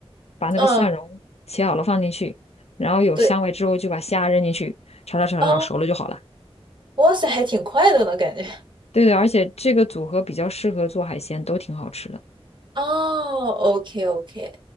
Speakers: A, on the left (about 80°); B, on the right (about 50°).
A: 把那个蒜蓉切好了放进去，
B: 嗯嗯，
A: 然后有香味之后就把虾扔进去，
B: 对，
A: 炒炒炒炒炒熟了就好了。
B: 哦，哇塞，还挺快的呢，感觉。
A: 对对，而且这个组合比较适合做海鲜，都挺好吃的。
B: 哦，OK OK，